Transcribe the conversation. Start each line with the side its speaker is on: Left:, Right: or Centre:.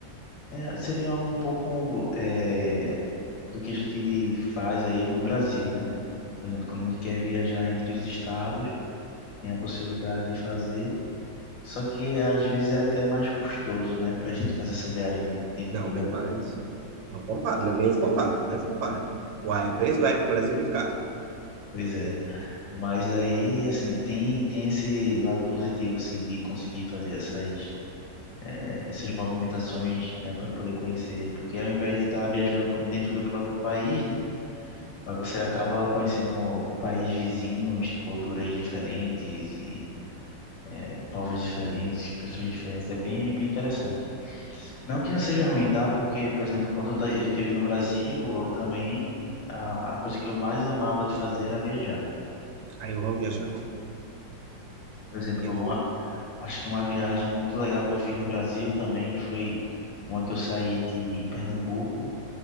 Left: é, seria um pouco é, do que a gente faz aí no Brasil, né? Por exemplo, quando a gente quer viajar entre os estados, tem a possibilidade de fazer, só que às vezes é até mais custoso, né, para a gente fazer essa viagem dentro
Right: Não,
Left: do Brasil.
Right: bem mais. Não compara, não- é nem se compara, não se compara. Uai, o preço do aéreo no Brasil é muito caro.
Left: Pois é. Mas aí, assim, tem, tem esse lado positivo, assim, de conseguir fazer essas, eh, essas movimentações, né, para poder conhecer. Porque ao invés de estar viajando dentro do próprio país, né, mas você acaba conhecendo países vizinhos, culturas diferentes e eh, povos diferentes, pessoas diferentes. É bem, é bem interessante. Não que não seja ruim, tá? Porque, por exemplo, quando eu ta- eu estive no Brasil, eu também a a coisa que eu mais amava de fazer era viajar.
Right: Aí eu amo viajar.
Left: Por exemplo,
Right: Eu
Left: um
Right: fui,
Left: Acho que uma viagem muito legal que eu fiz no Brasil também foi uma que eu saí de Pernambuco,